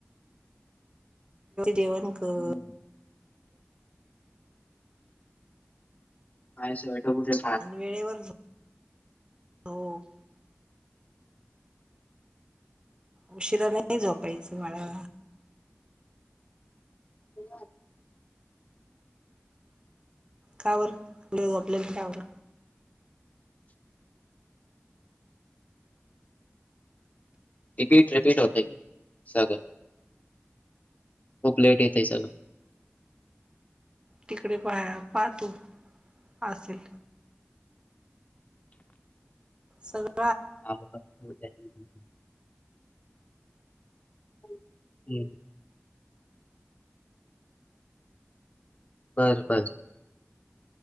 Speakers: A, on the right (about 20°); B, on the left (about 35°).
A: जेवण कर
B: हम्म. आहेठुठ <unintelligible>
A: आणि वेळेवर झोप उशिरा नाही झपायचं बाळा.
B: हो <unintelligible>
A: कावरऊ आपल्याला कावर
B: रिपीट रिपीट होतय सगळं खूप लेट येतय सगळं
A: तिकडे पाहा पाहतू असेल. सगळ
B: आ हम् बर बर